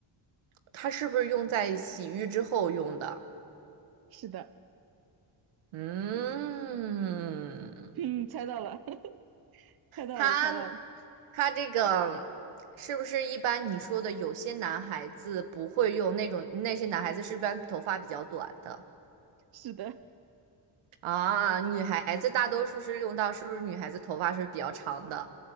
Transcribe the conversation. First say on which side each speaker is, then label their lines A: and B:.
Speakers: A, on the right (about 85°); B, on the right (about 50°).
A: 它是不是用在洗浴之后用的？
B: 是的，
A: 嗯，
B: <laughs> 嗯，猜到了，<laughs> 猜到了，
A: 它
B: 猜到了，
A: 它这个是不是一般你说的有些男孩子不会用那种，那些男孩子是不是一般头发比较短的？
B: 是的，
A: 啊，女孩子大多数是用到，是不是女孩子头发是比较长的？